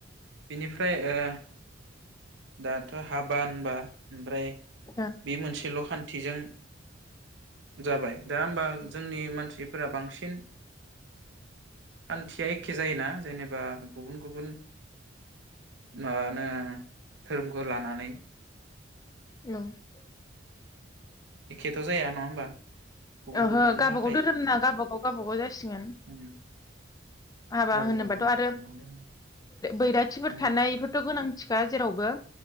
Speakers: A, on the right; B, on the left.
A: बिनिफ्राय ओ दाथ' हाबा होनबा ओमफ्राय
B: ओ
A: बि मोनसेल'खान्थ थिजों जाबाय दा होमबा आं जोंनि मानसिफोरा बांसिन सिन हान्थिया एखे जायोना जेनेबा गुबुन गुबुन मानो थोरोमखौ लानानै
B: <unintelligible>
A: एखेथ' जाया नङा होमबा गुबुन
B: ओहो
A: गुबुन
B: गाबागाव
A: जाखायो
B: धोरोम ना गाबागाव गाबागाव जासिगोन
A: उम
B: हाबा
A: औ
B: होनोबाथ'
A: औ
B: आरो
A: नंगौ दे
B: बैराथिफोर
A: उम
B: थानायफोरथ' गोनांथि दा जेरावबो